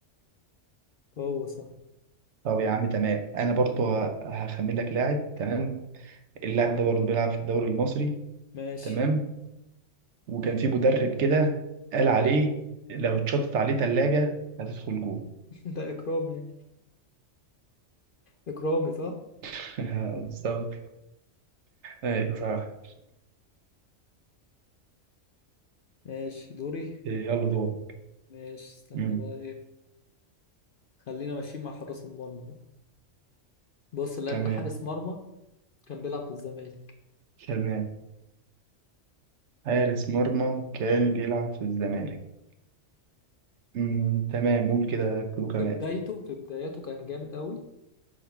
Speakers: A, on the left; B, on the right.
A: هو صح
B: طب يا عم تمام انا برضو هخمن لك لاعب تمام اللاعب ده برضه بيلعب في الدوري المصري
A: ماشي
B: تمام وكان في مدرب كده قال عليه لو اتشطت عليه تلاجة هتدخل جوه
A: <laughs> ده إكرامي إكرامي صح
B: <laughs> بالظبط ايوه صح
A: ماشي دوري
B: يلا دورك
A: ماشي استنى
B: مم.
A: بقى إيه خلينا ماشيين مع حراس المرمى بقى. بص اللاعب
B: تمام
A: ده حارس مرمى كان بيلعب في الزمالك
B: تمام حارس مرمى كان بيلعب في الزمالك مم. تمام قول كده كله كمان
A: في بدايته في بداياته كان جامد قوي